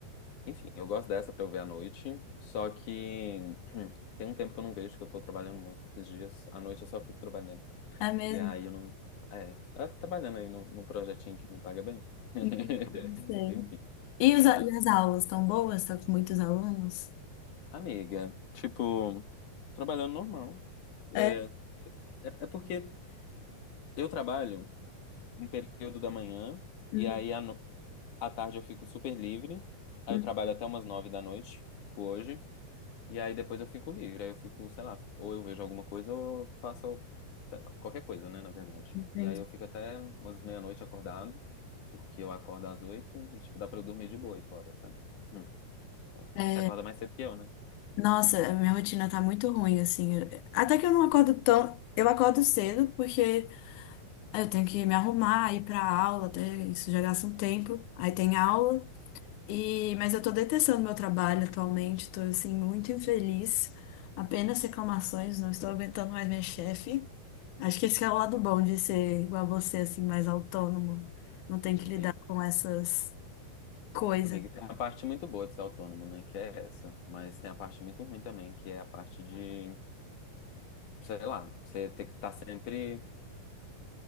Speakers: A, on the left; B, on the left.
A: Enfim, eu gosto dessa pra eu ver à noite. Só que. <clears throat> Tem um tempo que eu não vejo, que eu tô trabalhando muito esses dias. À noite eu só fico trabalhando.
B: É mesmo?
A: E aí eu não. É, eu tô trabalhando aí num num projetinho que me paga bem. <laughs>
B: Entendi, não sei.
A: Enfim.
B: E, os
A: Ah,
B: a- e as aulas estão boas? Estão com muitos alunos?
A: amiga, tipo, trabalhando normal.
B: É.
A: É, é, é porque eu trabalho um período da manhã,
B: Uhum,
A: e aí à, no- à tarde eu fico super livre. Aí
B: uhum,
A: eu trabalho até umas nove da noite, tipo hoje. E aí depois eu fico livre, aí eu fico, sei lá, ou eu vejo alguma coisa ou eu faço, sei lá, qualquer coisa, né, na verdade.
B: entendi.
A: E aí eu fico até umas meia-noite acordado, porque eu acordo às oito e, tipo, dá pra eu dormir de boa oito horas, sabe? Hum.
B: É,
A: Você acorda mais cedo que eu, né?
B: nossa, a minha rotina tá muito ruim, assim. Eu- Até que eu não acordo tão. Eu acordo cedo, porque Aí Eu tenho que me arrumar, ir pra aula, até isso já gasta um tempo. Aí tem aula e mas eu tô detestando meu trabalho atualmente, tô assim muito infeliz. Apenas reclamações, não estou aguentando mais minha chefe. Acho que esse é o lado bom de ser igual a você, assim, mais autônomo. Não tem que lidar
A: Sim.
B: com essas coisas.
A: Amigo, tem uma parte muito boa de ser autônomo, né, que é essa. Mas tem a parte muito ruim também, que é a parte de, sei lá, você ter que estar sempre